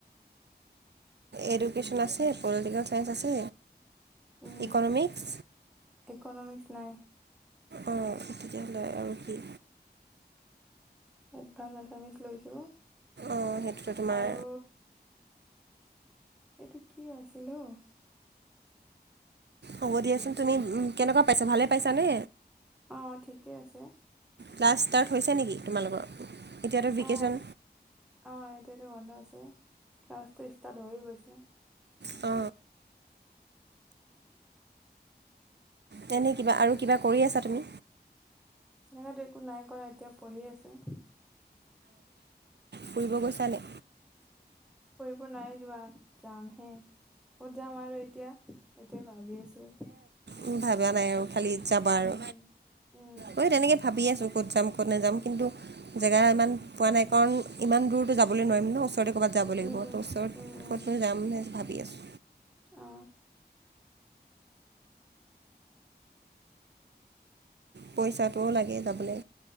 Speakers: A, on the right; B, in the centre.
A: এডুকেশ্যন আছে, পলিটিকেল চাইস আছে,
B: উম
A: ইকনমিক্স
B: ইকনমিক্স নাই।
A: অ', তেতিয়াহলে আৰু কি?
B: এডভাঞ্চ আছামিচ লৈছো।
A: অঁ সেইটোতো তোমাৰ
B: আৰু এইটো কি আছিল অ
A: হ'ব দিয়াচোন তুমি কেনেকুৱা পাইছা ভালে পাইছানে
B: অ ঠিকেই আছে।
A: ক্লাছ ষ্টাৰ্ট হৈছে নেকি তোমালোকৰ এতিয়াতো ভেকেশ্যন
B: অ অ এতিয়াতো বন্ধ আছে ক্লাছটো ষ্টাৰ্ট হৈয়ে গৈছে
A: অ তেনে কিবা আৰু কিবা কৰি আছা তুমি
B: তেনেকো একো নাই কৰা এতিয়া পঢ়ি আছো
A: ফুৰিব গৈছা নি
B: ফুৰিব নাই যোৱা যাম হে কত যাম আৰু এতিয়া এতিয়া ভাবি আছো
A: উ ভাবা নাই আৰু খালি যাবা আৰু
B: উম উম
A: মই তেনেকে ভাবি আছো ক'ত যাম কত নাযাম কিন্তু জেগা ইমান পোৱা নাই কাৰণ ইমান দূৰ দূৰতো যাবলৈ নোৱাৰিম ন ওচৰতে ক'ৰবাত যাব লাগিব
B: উম উম
A: তো ওচৰত
B: উম উম
A: ক'ত নো যাম বুলি ভাবি আছোঁ
B: অ
A: পইচাটোও লাগে যাবলে